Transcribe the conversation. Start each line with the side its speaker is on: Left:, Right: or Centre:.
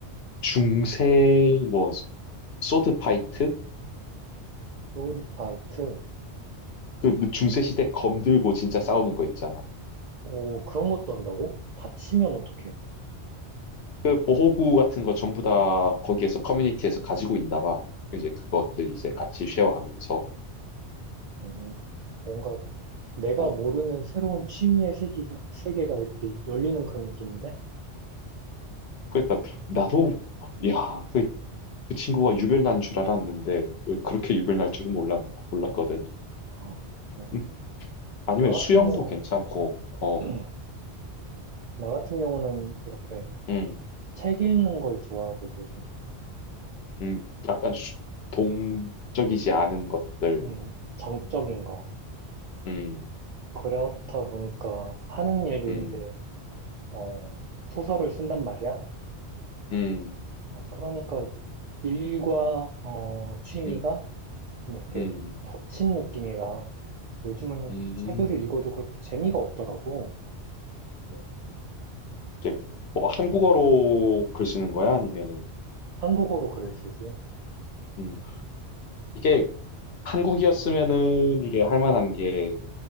Left: 중세 뭐 소드 파이트
Right: 로드파이트.
Left: 그 중세 시대 검 들고 진짜 싸우는 거 있잖아.
Right: 오, 그런 것도 한다고? 다치면 어떡해.
Left: 그 보호구 같은 거 전부 다 거기에서 커뮤니티에서 가지고 있나 봐. 이제 그것들 이제 같이 쉐어하면서
Right: 어, 뭔가 내가
Left: 어
Right: 모르는 새로운 취미의 세계가, 세계가 이렇게 열리는 그런 느낌인데?
Left: 그러니까 나도 야 그 그 친구가 유별난 줄 알았는데 왜 그렇게 유별날 줄은 몰랐 몰랐거든.
Right: 아, 그래.
Left: 음, 아니면
Right: 나
Left: 수영도
Right: 같은 경우는,
Left: 괜찮고 어
Right: <clears throat> 나 같은 경우는 이렇게
Left: 음.
Right: 책 읽는 걸 좋아하거든.
Left: 음, 약간 수- 동적이지 않은 것들.
Right: 음, 정적인 거.
Left: 음,
Right: 그렇다 보니까 하는 일도
Left: 음,
Right: 이제, 어, 소설을 쓴단 말이야.
Left: 음,
Right: 어, 그러니까 일과, 어, 취미가
Left: 음,
Right: 좀 이렇게
Left: 음,
Right: 겹친 느낌이라 요즘은
Left: 음.
Right: 책을 읽어도 그렇게 재미가 없더라고.
Left: 음. 이제
Right: 그래서
Left: 뭐 한국어로 글 쓰는 거야? 아니면은,
Right: 한국어로 글을 쓰지.
Left: 음, 이게 한국이었으면은 이게 할 만한 게,